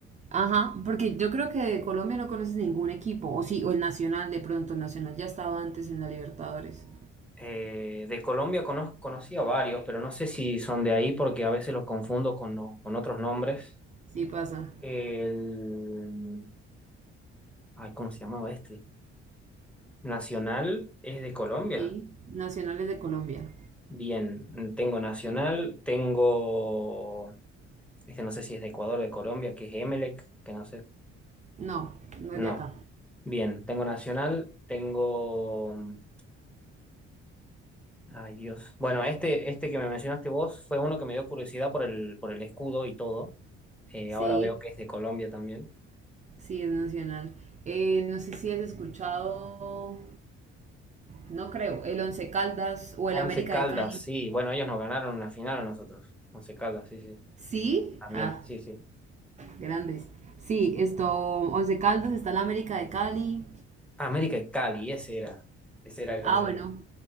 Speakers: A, on the right; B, in the centre.
A: Ajá, porque yo creo que de Colombia no conoces ningún equipo, o sí, o el Nacional de pronto, el Nacional ya estaba antes en la Libertadores.
B: Eh, de Colombia conozco, conocí a varios, pero no sé si son de ahí porque a veces los confundo con, los- con otros nombres.
A: Sí, pasa.
B: El... Ay, ¿cómo se llamaba este? Nacional es de Colombia.
A: Sí, Nacionales de Colombia.
B: Bien, tengo Nacional, tengo, este no sé si es de Ecuador o de Colombia, que es Emelec, que no sé.
A: No, no
B: No,
A: es de acá.
B: bien, tengo Nacional, tengo... mm, Ay, Dios. Bueno, este, este que me mencionaste vos fue uno que me dio curiosidad por el, por el escudo y todo. Eh,
A: Sí,
B: ahora veo que es de Colombia también.
A: sí, es nacional. Eh, no sé si has escuchado, no creo, el Once Caldas o
B: Once
A: el América
B: Caldas,
A: de Cali.
B: sí. Bueno, ellos nos ganaron una final a nosotros. Once Caldas, sí, sí.
A: Sí,
B: También,
A: ah,
B: sí, sí.
A: grandes. Sí, esto, Once Caldas, está el América de Cali.
B: Ah, América de Cali, ese era. Ese era también.
A: Ah, bueno,